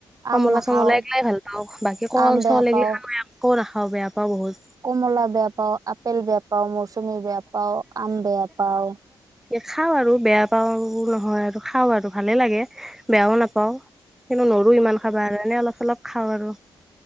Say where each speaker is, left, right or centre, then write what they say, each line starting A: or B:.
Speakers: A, in the centre; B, on the right (about 45°).
A: কমলা
B: আম নাখাও
A: চমলা এগিলাই ভাল পাওঁ, বাকী কল,
B: আম বেয়া
A: চল এগিলা
B: পাওঁ
A: একো নাখা হ বেয়া পাওঁ বহুত
B: কমলা বেয়া পাও, আপেল বেয়া পাও মৌচমী বেয়া পাও, আম বেয়া পাও।
A: এ খাওঁ আৰু বেয়া পাওঁ নহয় আৰু খাওঁ আৰু ভালে লাগে বেয়াও নাপাওঁ। কিন্তু নো ইমান খাব কাৰণে অলপ অলপ খাৱ আৰু।